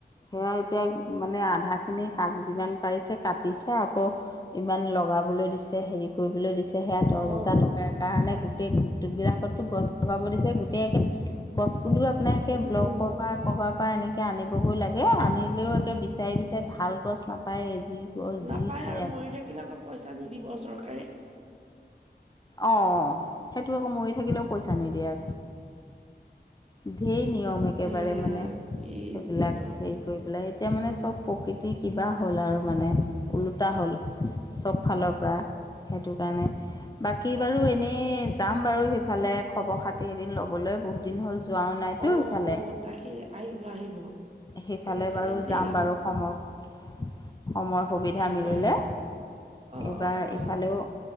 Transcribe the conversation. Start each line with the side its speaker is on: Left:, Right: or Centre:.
Left: সেয়া এতিয়া মানে আধা- খিনি কাক যিমান পাৰিছে কাটিছে, আকৌ ইমান লগাবলৈ দিছে হেৰি কৰিবলৈ দিছে। সেয়া দহ
Right: অ
Left: হাজাৰ টকাৰ কাৰণে গোটেই গোট বিলাকত গছ লগাব দিছে, গোটেই- গছপুলি আপোনালোকে
Right: উম
Left: ব্লকত
Right: উম
Left: - পৰা ক'ৰবাৰ পৰা এনেকৈ আনিবগৈ লাগে, আনিলেও একে বিচাৰি বিচাৰি ভাল গছ নাপায়ে যি- গছ দিছে
Right: নাপায় আৰু
Left: আপোনাৰ
Right: মৰি থাকিলে আকৌ পইচা নিদিব চৰকাৰে।
Left: অ সেইটো আকৌ মৰি থাকিলেও পইচা নিদিয়ে। ধেই নিয়ম একেবাৰে
Right: এ
Left: মানে
Right: কি
Left: সেইবিলাক
Right: যে ন
Left: হেৰি- গৈ পেলাই এতিয়া মানে চব প্ৰকৃতি কিবা হ'ল আৰু মানে ওলোটা হ'ল। চব ফালৰ পৰা সেইটো কাৰণে। বাকী বাৰু এনেই যাম বাৰু সেইফালে খবৰ খাতি এদিন ল'বলৈ, বহুত দিন হ'ল যোৱাও নাইতো
Right: অ
Left: সেইফালে।
Right: অ তাকে আহিব আহিব
Left: সেইফালে
Right: বেলেগ
Left: বাৰু
Right: এদিন দেই
Left: যাম বাৰু সময়ত - সময় সুবিধা
Right: আহিব
Left: মিলিলে,
Right: আহিব অ
Left: এইবাৰ
Right: অ
Left: ইফালেও
Right: অ